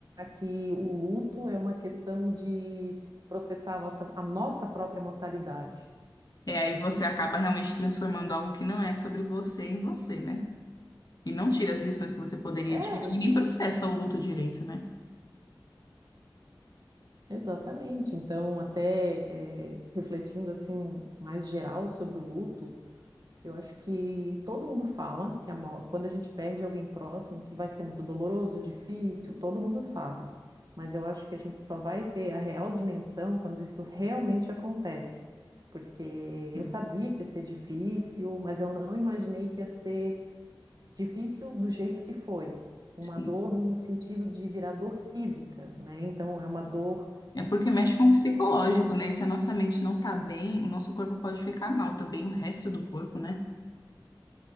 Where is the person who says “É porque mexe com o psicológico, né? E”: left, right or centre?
Left